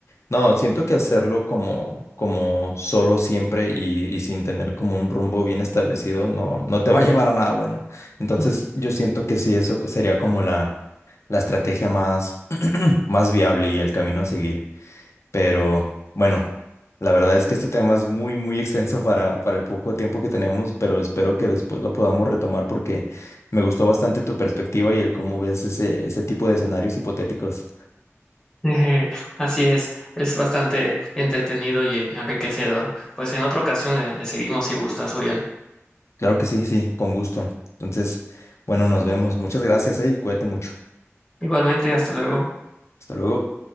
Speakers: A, on the left; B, on the left.
A: no, siento que hacerlo como, como solo siempre y, y sin tener como un rumbo bien establecido no, no te va a llevar a nada bueno. Entonces,
B: <laughs>
A: yo siento que sí, eso sería como la, la estrategia más, más viable y el camino a seguir. Pero bueno, la verdad es que este tema es muy, muy extenso para, para el poco tiempo que tenemos, pero espero que después lo podamos retomar porque me gustó bastante tu perspectiva y el cómo ves ese, ese tipo de escenarios hipotéticos.
B: Eje, Así es, es bastante entretenido y enriquecedor. Pues en otra ocasión le, le seguimos si gustas, Uriel.
A: Claro que sí, sí, con gusto. Entonces, bueno, nos vemos. Muchas gracias, eh, y cuídate mucho.
B: Igualmente, hasta luego.
A: Hasta luego.